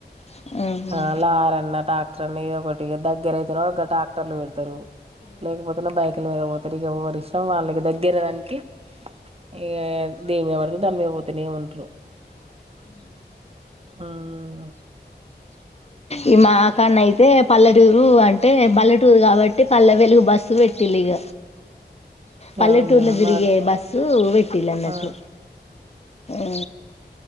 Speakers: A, on the left (about 35°); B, on the right (about 35°).
A: ఇగ
B: అలా రన్న ట్రాక్టర్ నీ పట్టు ఇ దగ్గర అయితే ఒక ట్రాక్టర్లు పెడతారు లేకపోతేన్న బైక్ల మీద పోతారు ఇక ఎవరిష్టం వాళ్ళకి దగ్గర దానికి ఇగ దీని మీద పడుత దాని మీద పోతేనే ఉంటారు హూ ఉ
A: ఈ మాకన్న అయితే పల్లెటూరు అంటే పల్లెటూరు కాబట్టి పల్లె వెలుగు బస్సు పెట్టిల్లు ఇగ పల్లెటూర్లో
B: అవునా
A: తిరిగే
B: మా
A: బస్సు పెట్టిల అన్నట్టు
B: ఆ
A: ఉ